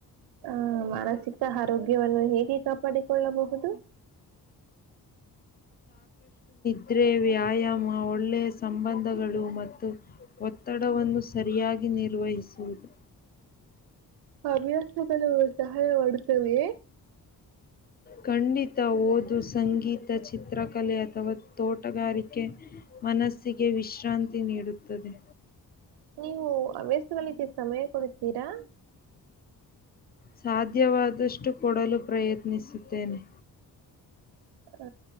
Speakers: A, on the right (about 80°); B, on the left (about 25°).
A: ಹ ಮಾನಸಿಕ ಆರೋಗ್ಯವನ್ನು ಹೇಗೆ ಕಾ ಪಡಿಕೊಳ್ಳಬಹುದು
B: ಕಿದ್ರೆ ವ್ಯಾಯಾಮ ಒಳ್ಳೆಯ ಸಂಬಂಧಗಳು ಮತ್ತು ಒತ್ತಡವನ್ನು ಸರಿಯಾಗಿ ನಿರ್ವಹಿಸುವುದು
A: ಹವ್ಯಾಸಗಳು ಸಹಾಯ ಮಾಡುತ್ತವೆ
B: ಖಂಡಿತ ಓದು ಸಂಗೀತ ಚಿತ್ರಕಲೆ ಅಥವಾ ತೋಟಗಾರಿಕೆ ಮನಸ್ಸಿಗೆ ವಿಶ್ರಾಂತಿ ನೀಡುತ್ತದೆ
A: ನೀವು ಹವ್ಯಸ್ಗಳಿಗೆ ಸಮಯ ಕೊಡತೀರಾ
B: ಸಾಧ್ಯವಾದಷ್ಟು ಕೊಡಲು ಪ್ರಯತ್ನಿಸುತ್ತೇನೆ
A: ಹ್ಮ